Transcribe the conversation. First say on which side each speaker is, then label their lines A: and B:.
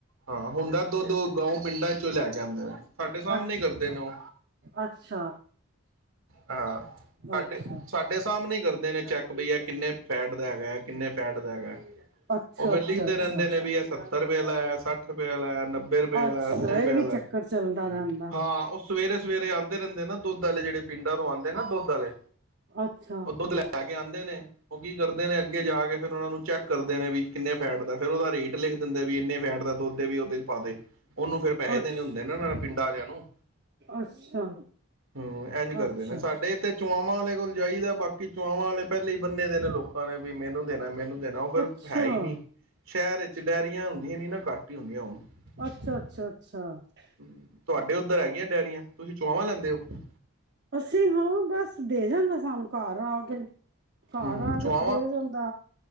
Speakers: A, on the right (about 70°); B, on the right (about 50°).
A: ਹਾਂ ਹੁੰਦਾ ਦੋ ਦੋ ਗਊ ਪਿੰਡਾਂ ਚੋਂ ਲੈ ਕੇ ਆਂਦੇ ਨੇ ਸਾਡੇ ਸਾਹਮ
B: ਅੱਛਾ
A: ਨ ਕਰਦੇ ਨੇ ਉਹ
B: ਅੱਛਾ
A: ਹਾਂ ਸਾਡੇ
B: ਅੱਛਾ
A: ਸਾਡੇ ਸਾਹਮਣੇ ਕਰਦੇ ਨੇ ਚੈੱਕ ਬਈ ਹੈ ਕਿੰਨੇ ਫੈਟ ਦਾ ਹੈਗਾ ਹੈ ਕਿੰਨੇ ਫੈਟ ਦਾ ਹੈਗਾ
B: ਅੱਛਾ
A: ਉਹ ਫੇਰ
B: ਅੱਛਾ
A: ਲਿਖਦੇ
B: ਅੱਛਾ
A: ਰਹਿੰਦੇ
B: ਅੱਛਾ
A: ਨੇ ਵੀ ਇਹ ਸਰਵੇ ਲ <unintelligible> ਸੱਠ ਰੁਪਿਆ ਲੈ ਨਬ ਨੱਬੇ ਰੁਪਏ
B: ਅੱਛਾ
A: ਲੈ, ਅੱਸੀ ਰੁਪਏ
B: ਇਹ ਵੀ
A: ਲੈ।
B: ਚੱਕਰ ਚੱਲਦਾ ਰਹਿੰਦਾ
A: ਹਾਂ, ਉਹ ਸਵੇਰੇ -ਸਵੇਰੇ ਆਉਂਦੇ ਰਹਿੰਦੇ ਨਾ ਦੁੱਧ ਦੁੱਧੇ ਜਿਹੜੇ ਪਿੰਡਾਂ ਤੋਂ ਆਉਦੇ ਨਾ ਦੁੱਧੇ ਵਾਲੇ
B: ਅੱਛਾ
A: ਉਹ ਦੁੱਧ ਲੈ ਕੇ ਆਉਂਦਾ । ਦੇ ਨੇ ਉਹ ਕੀ ਕਰਦੇ ਨੇ ਅੱਗੇ ਜਾ ਕੇ ਫੇਰ ਉਹਨਾ ਨੂੰ ਚੈੱਕ ਕਰਦੇ ਨੇ ਵੀ ਕਿੰਨ ਫੈਟ ਦਾ ਫਿਰ ਉਹਦਾ ਰੇਟ <unintelligible> ਦਿੰਦੇ ਵੀ ਇੰਨੇ ਫੈਟ ਦਾ ਦੁੱਧ ਦੇ ਵੀ ਉਹਦੇ ਪਾ ਦੇ, ਉਹਨੂੰ ਫੇਿਰ ਪੈਸੇ
B: ਅੱਛ
A: ਦੇਣੇ ਹੁੰਦੇ ਨਾ ਪਿੰਡਾਂ ਆਿਆਂ ਨੂੰ
B: ਅੱਛਾ
A: । ਹਮ, ਇ ਨੀ ਕਰਦੇ
B: ਅੱਛਾ
A: ਨੇ ਸਾਡੇ ਇਥ ਚੋਣਾਂ ਵਾਲੇ ਕੋਲ ਜਾਈਦਾ ਬਾਕੀ ਚੋਵਾਂ ਵਾਲੇ ਪਹਿਲੇ ਹੀ ਬੰਨੇ ਦੇ ਨੇ ਲੋਕਾਂ ਨੇ ਵੀ ਮੈਨੂੰ ਦੇਣਾ ਮੈਨੂੰ ਨਾ ਉਹ ਫੇਰ
B: ਅੱਛਾ
A: ਹੈ ਹੀ ਨਹੀਂ
B: ਅੱਛਾ
A: । ਸ਼ਹਿਰ ਵਿੱਚ ਕੇ ਡੈਰੀ ਹੁੰਦੀਆਂ ਨ- ਨਾ ਘੱਟ ਹੀ ਹੁੰਦੀਆਂ ਹੁਣ ਹਮ
B: ਅੱਛਾ ਅੱਛਾ
A: । ਤੁਹਾਡੇ ਉੱਧਰ ਹੈਗੀਆਂ ਡਅਰੀਆਂ ਤੁਸੀਂ ਚਆਵਾਂ ਲੈਂਦੇ ਹੋ ।
B: ਅਸੀਂ ਹਾਂ ਬਸ ਦੇ ਜਾਂਦਾ ਸਾਨੂੰ ਘਰ ਆ ਕੇ ਘਰ
A: ਹੂੰ
B: ਆ ਕੇ
A: ਚੁਆਵਾਂ
B: ਦੇ ਜਾਂਦਾ,